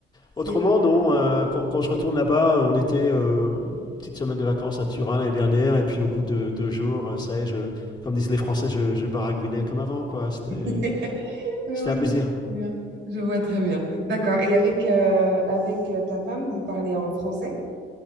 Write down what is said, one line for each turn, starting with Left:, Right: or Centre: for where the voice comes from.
Right: C'est-
Left: autrement, non. euh, quand, quand je retourne là-bas, euh, on était euh, une petite semaine de vacances à Turin l'année dernière. Et puis, au bout de deux jours, euh, ça y est, je, comme disent les Français, je, je baragouinais comme avant, quoi. C'était,
Right: <laughs> Oui,
Left: c'était un
Right: oui,
Left: plaisir.
Right: je vois très bien. Je vois très bien. D'accord. Et avec, euh, avec euh, ta femme, vous parlez en français?